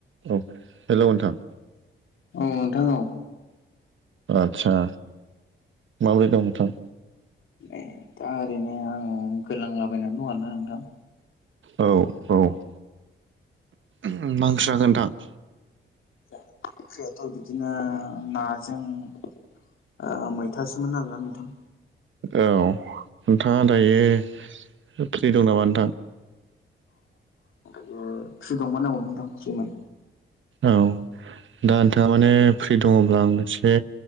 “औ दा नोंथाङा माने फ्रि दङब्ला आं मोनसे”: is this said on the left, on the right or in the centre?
Right